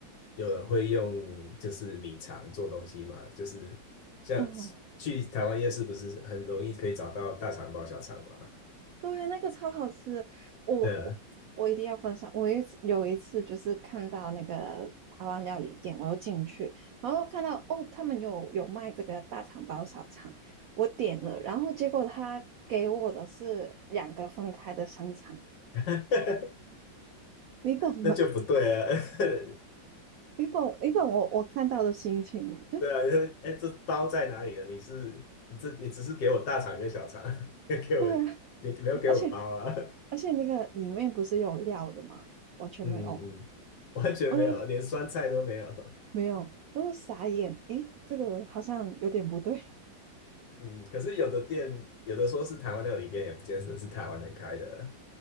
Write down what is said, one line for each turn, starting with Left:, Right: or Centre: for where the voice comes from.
Left: 有人会用就是米肠做东西嘛，就是像
Right: 嗯。
Left: 去台湾夜市不是很容易可以找到大肠包小肠嘛？
Right: 对，那个超好吃，我我我一定要分享。
Left: 对啊，
Right: 我一次有一次就是看到那个台湾料理店，我又进去，然后看到哦，他们有有卖这个大肠包小肠，我点了，然后结果他给我的是两个分开的香肠，
Left: <laughs>
Right: 你懂吗？
Left: 那就不对啊，<laughs>
Right: 你懂你懂我我看到的心情吗？就
Left: 对啊，你说哎，这包在哪里了？你是你这你只是给我大肠跟小肠，<laughs> 给我你没有给我包啊？
Right: 对啊，而且而且那个里面不是有料的吗？完全没有，
Left: 嗯嗯，完全没有，
Right: 我就
Left: 连酸菜都没有。
Right: 没有，我就傻眼，诶，这个好像有点不对。
Left: 嗯，可是有的店，有的说是台湾料理店，也不见得是台湾人开的。